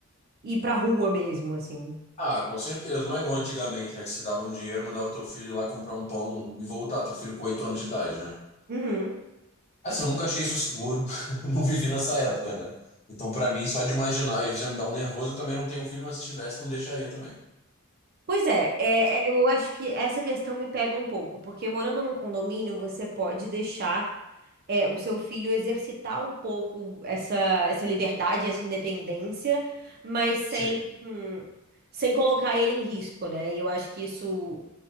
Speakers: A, on the right (about 45°); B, on the left (about 30°).
A: ir pra rua mesmo, assim.
B: Ah, com certeza. Não é igual antigamente, né? Que você dava um dinheiro, mandava teu filho ir lá comprar um pão e voltar, teu filho com oito anos de idade, né?
A: Uhum.
B: Assim, eu nunca achei isso seguro, <laughs> não vivi nessa época, né? Então, pra mim, só de imaginar isso já me dá um nervoso. Eu também não tenho filho, mas se tivesse, não deixaria também.
A: Pois é, é, é, eu acho que essa questão me pega um pouco, porque morando num condomínio, você pode deixar é, o seu filho exercitar um pouco essa, essa liberdade, essa independência, mas sem,
B: Sim.
A: hum, sem colocar ele em risco, né? E eu acho que isso,